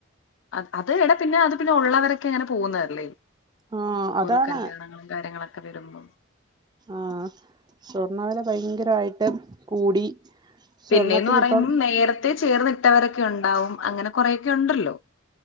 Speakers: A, on the left; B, on the right.
A: അ അത് എടാ പിന്നെ അത് പിന്നെ ഉള്ളവരൊക്കെ അങ്ങനെ പോകുന്നതല്ലേ
B: ആ അതാണ്
A: ഓരോ കല്യാണങ്ങളും കാര്യങ്ങളൊക്കെ വരുമ്പോ
B: ആഹ് സ്വർണ്ണ വെല ഭയങ്കരായിട്ട് കൂടി സ്വർണത്തിനിപ്പം
A: പിന്നെയന്ന് പറയുമ്പ നേരത്തെ ചേർന്നിട്ടവരൊക്കെ ഉണ്ടാവും അങ്ങനെ കൊറെയൊക്കെ ഉണ്ടല്ലോ